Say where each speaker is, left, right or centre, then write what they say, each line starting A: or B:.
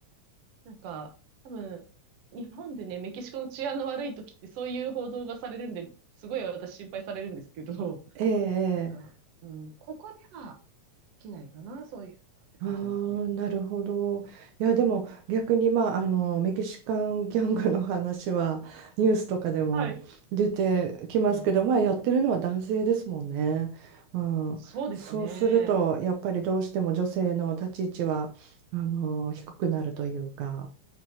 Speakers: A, on the right; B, on the right.
A: なんか、多分、日本でね、メキシコの治安の悪い時ってそういう報道がされるんで、すごい私心配されるんですけど、
B: ええ、ええ、
A: <laughs> なんか、うん、ここでは起きないかな、そういうのはって感じですね。
B: ああ、なるほど。いや、でも逆に、まあ、あの、メキシカンギャングの話はニュースとかでも出てきますけど、
A: はい。うん。
B: まあ、やってるのは男性ですもんね。うん、
A: そうですね。
B: そうすると、やっぱりどうしても女性の立ち位置は、あの、低くなるというか、